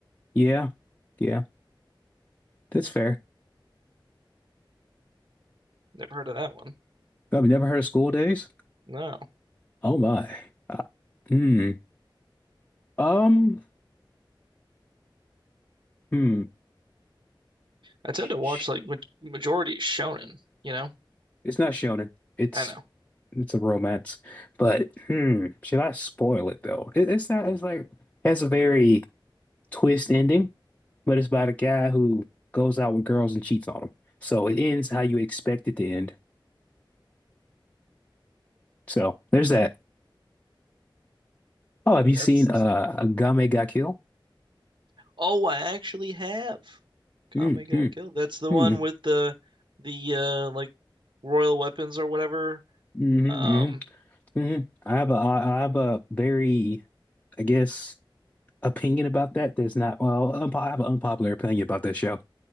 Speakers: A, on the left (about 20°); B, on the right (about 70°).
A: Yeah, yeah, that's fair.
B: never heard of that one.
A: I've never heard of school days.
B: No,
A: Oh my. Uh, hmm. Um. Hmm.
B: I
A: Sh-
B: tend to watch
A: sh-
B: like ma majority shonen. You know,
A: It's not shonen. It's
B: I know
A: it's a romance. But hmm. Should I spoil it though? It, it's not. It's like has a very twist ending. but it's about a guy who goes out with girls and cheats on them. So it ends how you expect it to end. So there's that. Oh, have you
B: that's.
A: seen uh Game Ga Kill?
B: Oh, I actually have. Kame
A: Mm,
B: got
A: mm,
B: killed. That's the
A: mm,
B: one with the the uh like royal weapons or whatever.
A: mm,
B: Um,
A: mm, mm. I have a I I have a very, I guess, opinion about that. That's not well, unpo- I have an unpopular opinion about that show.